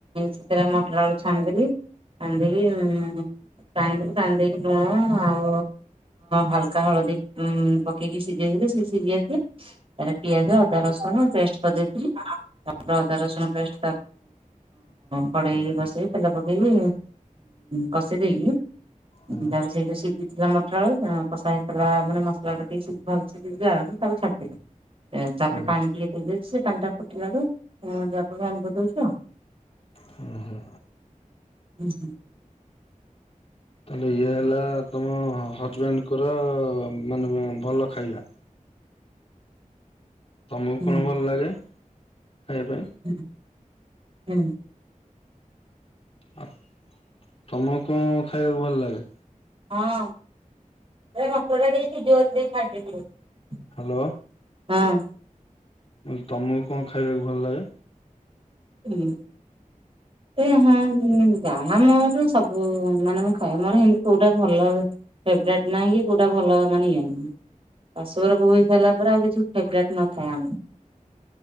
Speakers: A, on the right; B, on the left.
A: ସେଥିରେ ମଟର ଆଳୁ ଛାଣିଦେଲି। ଛାଣି ଦେଇ ହଁ ପାଣି ପାଣି ଦେଇକି ଲୁଣ ଆଉ ହାଲକା ହଳଦୀ ଉ ପକେ ପକେଇକି ସିଝେଇଲେ ସେ ସିଝି ଯାଇଥିଲେ ତା ପିଆଜ ଅଦା ରସୁଣ ପେଷ୍ଟ୍ କରିଦେଇଥିଲି। ଅଦା ରସୁଣ ପେଷ୍ଟ୍। କଡେଇ ବସେଇ ତେଲ ପକେଇକି କଷି ଦେଇକି?
B: ହୁଁ
A: ତାପରେ ସେଇ ଯୋଉ ସିଝିଥିଲା ମଟରଳୁ କଷା ହେଇଥିଲା ମାନେ ମସଲା ଟା <unintelligible> ଟ ଭଲ ଯ ଆଳକୁ <unintelligible> ତାକୁ ଛାଡିଦେବେ ତାପରେ
B: ହୁଁ
A: ପାଣି ଟିକେ ଦେବେ ସେ ପାଣି ଟା ଫୁଟିବାରୁ ଯ ଆଭ ଦଉଛି ଆଉ
B: ହୁଁ ହୁଁ।
A: ହୁଁ ହୁଁ।
B: ତାହଲେ ଇଏ ହେଲା ତମ ହଜବେଣ୍ଡ୍ ଙ୍କର ମାନେ ଭଲ ଖାଇବା? ତମକୁ
A: ହୁଁ
B: କଣ ଭଲ ଲାଗେ, ଖାଇବା ପାଇଁ?
A: ହୁଁ ହୁଁ।
B: ଆ ତମକୁ କଣ ଖାଇବାକୁ ଭଲ ଲାଗେ?
A: <unintelligible> ହଁ ମା ଦେଛି ଜୋଲ ଦେଇ ଖଟିଥିଲ <unintelligible>
B: ହାଲୋ।
A: ହଁ।
B: ବଲେ ତମକୁ କଣ ଖାଇବାକୁ ଭଲ ଲାଗେ?
A: ହୁଁ। ସେ ହଁ ଯାହା ମୋର ସବୁ ମାନେ ଖାଇ ମୋର ହେତି କୋଉଟା ଭଲ ଫେଭୋରାଇଟ୍ ନାହିଁ କି କୋଉଟା ଭଲ ମାନେ ଇଏ ନାହିଁ। ଶାଶୁ ଘର ବୋହୂ ହଇ ସାରିଲା ପରେ ଆଉ କିଛି ଫେବରାଇଟ୍ ନଥାଏ ଆମ